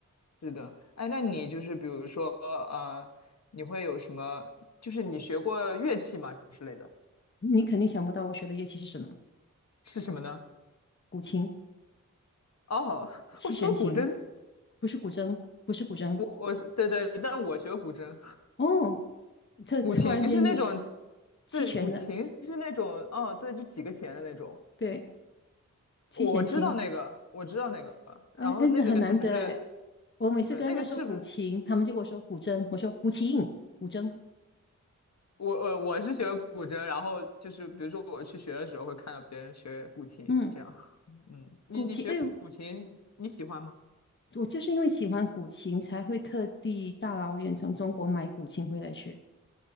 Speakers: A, on the left; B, on the left.
A: 是的，哎，那你就是比如说，呃，你会有什么？就是你学过乐器吗之类的？
B: 你肯定想不到我学的乐器是什么，
A: 是什么呢？
B: 古琴。
A: 哦，<laughs>
B: 七弦琴，
A: 我学过古筝，
B: 不是古筝，不是古筝。
A: 我我是对对，但我学过古筝，
B: 哦，这突然间有
A: 古琴是那种，
B: 七弦的，
A: 对，古琴是那种，哦，对，就几个弦的那种。
B: 对，七弦琴，
A: 我知道那个，我知道那个，然后那个是不是？
B: 啊，哎，那很难得哎。我每次跟人家说古琴，
A: 对，那个是不是？
B: 他们就跟我说古筝，我说古琴，古筝，
A: 我呃我是学古筝，然后就是比如说我去学的时候会看到别人学古琴，
B: 嗯，
A: 这样。<laughs> 嗯，你你学古古琴你喜欢吗？
B: 古琴，哎呦，我就是因为喜欢古琴，才会特地大老远从中国买古琴回来学。